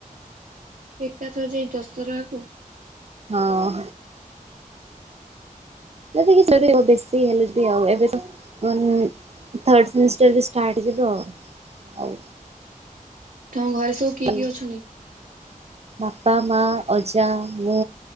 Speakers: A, on the right (about 75°); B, on the right (about 45°).
A: ଏକାଥରେ ଯାଇ ଦଶହରା କୁ
B: ହଁ।
A: <inaudible>
B: ଯଦି କିି <unintelligible> ବେଶୀ ହେଲେ ଯିବି ଆଉ ଏବେ ତ ଅ ଥାର୍ଡ ସେମିଷ୍ଟାର ବି ଷ୍ଟାର୍ଟ ହେଇଯିବ ଆଉ
A: ତମ ଘରେ ସବୁ କିଏ କିଏ
B: ଆଉ।
A: ଅଛନ୍ତି?
B: ବାପା, ମା, ଅଜା, ମୁଁ,